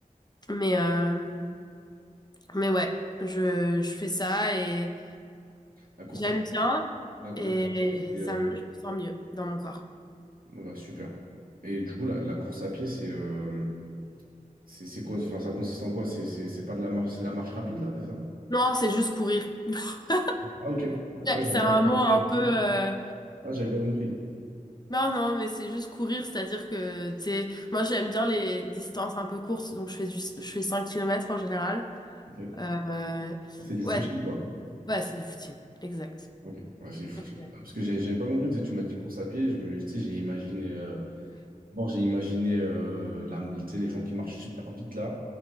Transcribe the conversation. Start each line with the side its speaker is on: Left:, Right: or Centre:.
Left: Mais, euh, mais ouais, je, je fais ça et
Right: La course
Left: j'aime
Right: à
Left: bien
Right: la, la
Left: et
Right: course à pied, c'est euh,
Left: ça me, je me sens mieux dans mon corps.
Right: Bon, bah, super. Et du coup, la, la course à pied, c'est euh, c'est c'est quoi? Enfin, ça consiste en quoi? C'est c'est- c'est pas de la marche, c'est la marche rapide, là, c'est ça?
Left: Non, c'est juste courir. <laughs>
Right: Ah, ok. Ah, j'avais
Left: C'est
Right: pas,
Left: un
Right: j'avais
Left: mot un
Right: pas
Left: peu...
Right: compris.
Left: euh,
Right: Ah, j'avais pas compris.
Left: Non, non, mais c'est juste courir, c'est-à-dire que, tu sais, moi j'aime bien les distances un peu courtes, donc je fais du... je fais 5 kilomètres en général.
Right: Ok.
Left: Euh,
Right: C'est du footing,
Left: Ouais,
Right: quoi.
Left: ouais, c'est du footing, exact.
Right: Ok, ouais, c'est du footing.
Left: Ouais.
Right: Ah, Parce que j'avais j'avais pas compris, tu sais, tu m'as dit course à pied, je me, tu sais, j'ai imaginé, euh, d'abord j'ai imaginé euh, la- tu sais, les gens qui marchent super vite là,